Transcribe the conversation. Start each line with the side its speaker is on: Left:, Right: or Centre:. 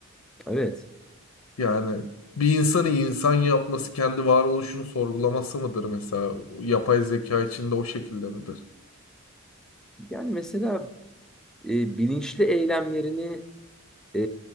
Centre: Evet.
Left: Yani bir insanı insan yapması kendi varoluşunu sorgulaması mıdır mesela? Yapay zeka içinde o şekilde midir?
Centre: Yani mesela e, bilinçli eylemlerini e,